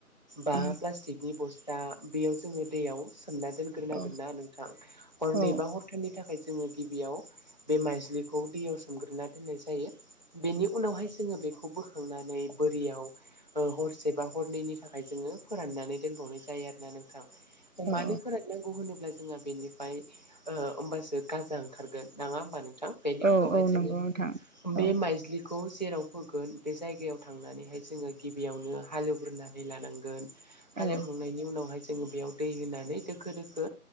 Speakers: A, on the left; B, on the right.
A: बा
B: औ
A: प्लास्टिकनि बस दा बेयाव जोङो दैयाव सोमना दोनग्रोनांगोन
B: औ
A: ना नोंथां हरनै
B: औ
A: बा हर नि थाखाय जोङो गिबियाव बे माइज्लिखौ दैयाव सोमग्रोना दोननाय जायो। बेनि उनावहाय जोङो बेखौबो थांनानै बोरियाव हरसे बा हरनैनि थाखाय जोङो फोराननानै दोनबावनाय जायो। जायो आरोना नोंथां अमानिफोरा
B: औ
A: नांगौ होनोब्ला जोंहा बेनिफ्राय ओ होमबासो गाजा ओंखारगोन। नाङा होमबा नोंथां बेनि
B: औ
A: उनावहाय
B: औ
A: जोङो
B: नंगौ नोंथां
A: बे
B: औ
A: माइज्लि खौ जेराव फोगोन बे जायगायाव थांनानैहाय जोङो गिबियावनो हालेवग्रोनानै लानांगोन हालेवखांनायनि
B: औ
A: उनावहाय जोङो बेयाव दै होनानै दोखो दोखो